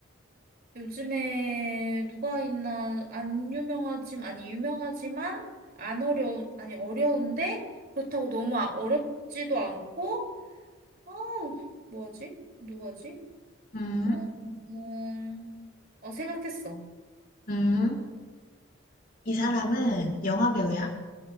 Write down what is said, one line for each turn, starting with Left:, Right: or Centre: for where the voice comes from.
Right: 요즘에 누가 있나 안 유명하지만 아니 유명하지만 안 어려운 아니 어려운데 그렇다고 너무 아- 어렵지도 않고 어, 뭐지? 누구지?
Left: 응,
Right: 어, 음, 어, 생각했어.
Left: 응. 이 사람은 영화 배우야?